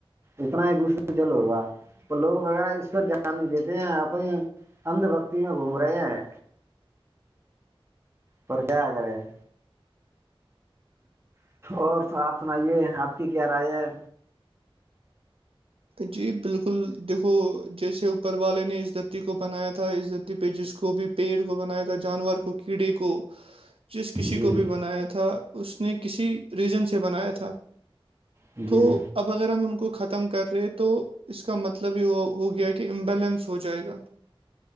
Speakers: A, on the right; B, on the right.
A: اتنا ہی دوسرے سے جل ہوگا تو لوگوں وغیرہ اس کو دھیان نہیں دیتے ہیں اپنی اندھ بھکتی میں گھوم رہے ہیں پر کیا کرے ہیں اور آپ سنائیے آپ کی کیا رائے ہے
B: جی بالکل دیکھو جیسے اوپر والے نے اس دھرتی کو بنایا تھا اس دھرتی پہ جس کو بھی پیڑ کو بنایا تھا جانور کو کیڑے کو جس کسی
A: جی
B: کو بھی بنایا تھا اس نے کسی ریجن سے بنایا تھا
A: جی
B: تو اب اگر ہم ان کو ختم کر اسپرے تو اس کا مطلب ہی ہو ہو گیا کہ امبیلنس ہو جائے گا